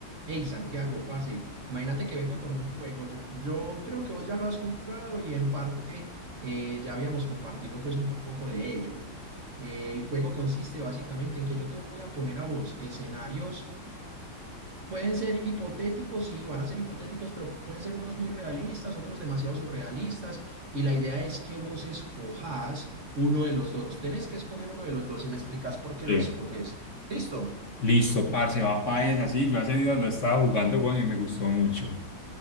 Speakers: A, on the right; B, on the left.
A: Hey, Santiago, pase. Imagínate que vengo con un juego. Yo, yo creo que vos ya lo has jugado y en parte eh, ya habíamos compartido pues un poco de ello. Eh, el juego consiste básicamente en que yo te voy a poner a vos escenarios, pueden ser hipotéticos, sí, van a ser hipotéticos, pero pueden ser unos muy realistas, otros demasiado surrealistas. Y la idea es que vos escojas uno de los dos. Tenés que escoger uno de los dos y me explicas por qué
B: Sí.
A: lo escoges. ¿Listo?
B: Listo, parce, va para esa. Sí, yo hace días lo estaba jugando, weón, y me gustó mucho.